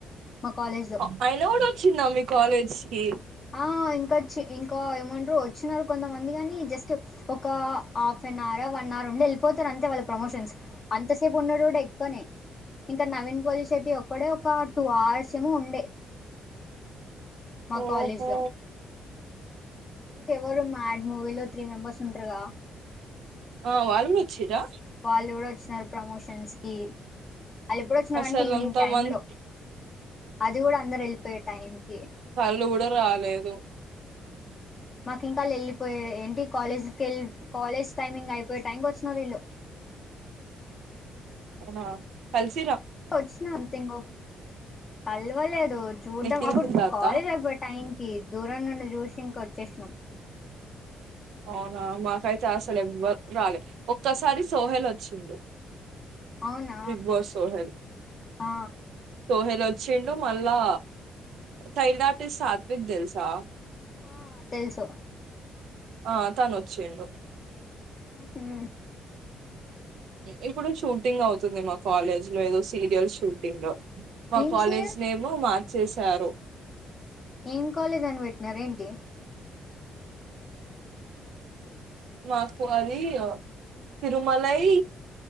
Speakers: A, on the left (about 30°); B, on the right (about 75°).
A: మా కాలేజ్ లో
B: అ ఐ లవడు వోచ్చిందా మీ కాలేజ్ కి
A: ఆ ఇంకచ్చి ఇంకా ఏమంటరు వోచ్చినరు కొంతమంది గాని జస్ట్ ఒక హాఫ్ న్ అవర్ వన్ అవర్ ఉండే వెళ్ళిపోతరు అంతే వాళ్ళు ప్రమోషన్స్ అంతసేపు ఉండరు ఇంకా ఎక్కనే ఇంక్ ఇక్కడ నవీన్ పోలి శెట్టి ఒక్కడే ఒక టూ అవర్స్ ఏం ఉండే మా
B: ఓహో
A: కాలేజ్ లో ఇంక ఎవరు మా యాడ్ మూవీ లో త్రీ మెంబెర్స్ ఉంటారుగా
B: ఆ వాళ్ళు కూడా వచ్చిరా
A: వాళ్ళు కూడా వచ్చినారు ప్రమోషన్కి సంస్కిప్ వాళ్ళు ఎప్పుడ వచ్చినారంటే
B: అసలు
A: ఈవినింగ్
B: అంత
A: టైమ్
B: మంది
A: లో అది కూడా అందరు వెళ్ళిపోయ టైంకి
B: అలు కూడా రాలేదు
A: మాకు ఇంకాళ్ళు వెళ్ళిపోయే ఏంటి కాలేజ్కి వెళ్ళ కాలేజ్ టైమింగ్ అయిపోయే టైం వచ్చిన వీళ్ళు
B: నా కల్సి
A: వచ్చినంగ్ కలవలేదు చూడ్డం
B: నిఖిల్
A: అప్పుడు
B: సిద్ధార్థ
A: కాలేజ్ అయిపోయే టైం క దూరం నుండి చూసి ఇంకొ చేష్ణం
B: అవునా మా కాతేస బ రాల ఒక్కసారి సోహెల్ వచ్చిండు
A: అవునా
B: బిగ్ బాస్ సోహెల్
A: ఆ
B: సోహెల్ వచ్చిండు మళ్ళా సైన్ ఆర్టిస్ సాత్విక్ తెలుసా
A: ఆ తెలుసు
B: ఆ తను వచ్చేండు
A: హ
B: ఇప్పుడు షూటింగ్ అవుతుంది వస్తుంది మా కాలేజ్ లో ఏదో సీరియల్ షూటింగ్ లో మా
A: ఏం
B: కాలేజ్
A: సీరియల్
B: నేమ్ మా చేశారు.
A: ఏం కాలేజ్ అని పెట్టినార ఏంటి
B: మాకు అది Tirumalai